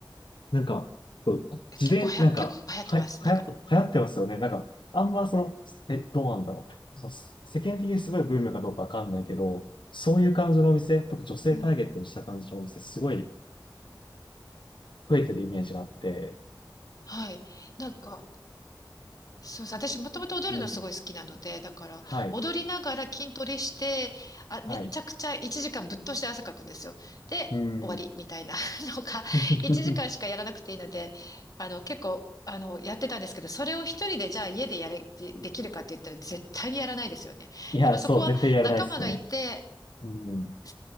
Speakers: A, on the left; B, on the left.
A: なんか、こう自伝、
B: 結構はや、
A: なんか、
B: 結構流行ってます。
A: は、流行って、
B: なんか、
A: 流行ってますよね。なんか、あんまその、え、どうなんだろう。その、世世間的にすごいブームかどうかわかんないけど、そういう感じのお店、特に女性ターゲットにした感じのお店、
B: うん。うん
A: すごい増えてるイメージがあって、
B: はい。なんか、そうそう、私もともと踊るのすごい好きなので、
A: うん。
B: だから踊りながら筋トレして、
A: はい、
B: あ、めちゃくちゃ1時間ぶっ通して汗かくんですよ。
A: はい、
B: で、
A: うん。
B: 終わりみたいな <laughs> のが、
A: <laughs>
B: 1時間しかやらなくていいので、あの、結構、あの、やってたんですけど、それを一人でじゃあ家でやれ、でできるかって言ったら絶対にやらないですよね。
A: いや、
B: やっぱそこは仲間がいて、
A: そう、絶対やらないですね。うん。
B: <laughs>